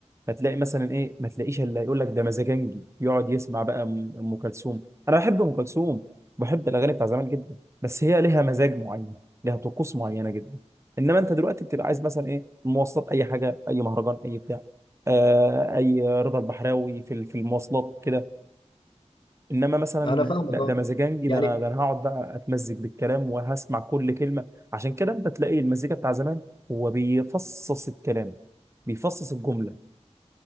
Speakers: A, on the right; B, on the left.
A: فتلاقي مثلا ايه ما تلاقيش الا يقول لك ده مزاجنجي يقعد يسمع بقى ام أم كلثوم انا بحب ام كلثوم بحب الاغاني بتاع زمان جدا بس هي ليها مزاج معين ليها طقوس معينه جدا انما انت دلوقتي بتبقى عايز مثلا ايه المواصلات اي حاجه اي مهرجان اي بتاع آه اي رضا البحراوي في ال- في المواصلات كده انما مثلا
B: انا فاهمك
A: لا ده
B: اه
A: مزاجنجي
B: يعني
A: ده انا ده انا هقعد بقى اتمزج بالكلام وهسمع كل كلمه عشان كده انت تلاقي المزيكا بتاع زمان هو بيفصص الكلام بيفصص الجمله